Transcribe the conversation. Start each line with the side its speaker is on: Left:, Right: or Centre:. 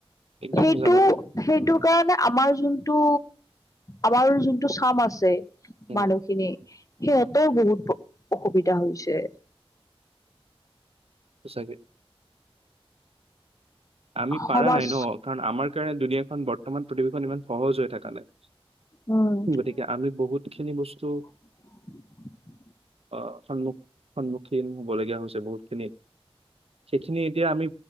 Right: একদম
Left: সেইটো
Right: সঁচা কথা
Left: সেইটো কাৰণে আমাৰ যোনটো আমাৰ যোনটো চাম আছে
Right: উম
Left: মানুহখিনি সিহঁতও বহুত অ অসুবিধা হৈছে
Right: সঁচাকে আমি
Left: সমাজ
Right: পাৰা নাই ন কাৰণ আমাৰ কাৰণে দুুনীয়াখন বৰ্তমান পৃথিৱীখন ইমান সহজ হৈ থাকা নাই
Left: উম
Right: গতিকে আমি বহুতখিনি বস্তু
Left: উম
Right: অ সন্মুখ সন্মুখীন হবলগীয়া হৈছে বহুতখিনি সেইখিনি এতিয়া আমি